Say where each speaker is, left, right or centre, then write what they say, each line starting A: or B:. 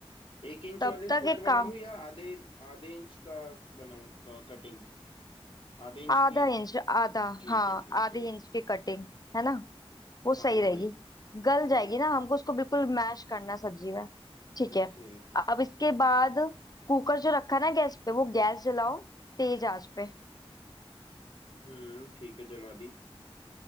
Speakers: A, on the left; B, on the left.
A: एक इंच
B: तब
A: वाले
B: तक
A: स्क्वायर
B: एक
A: बना
B: काम
A: लूँ या आधे आधे इंच का बनाऊँ कटिंग आधे इंच
B: आधा
A: की
B: इंच आधा
A: ठीक
B: हाँ
A: है ठीक
B: आधे
A: है
B: इंच की कटिंग है ना वो सही
A: हाँ हो
B: रहेगी
A: गई
B: गल
A: हो
B: जाएगी
A: गई
B: ना हमको उसको बिल्कुल मैश करना है सब्जी में ठीक
A: ओके
B: है अब इसके बाद कुकर जो रखा ना गैस पे वो गैस जलाओ तेज आंच पे
A: हम्म ठीक है जला दी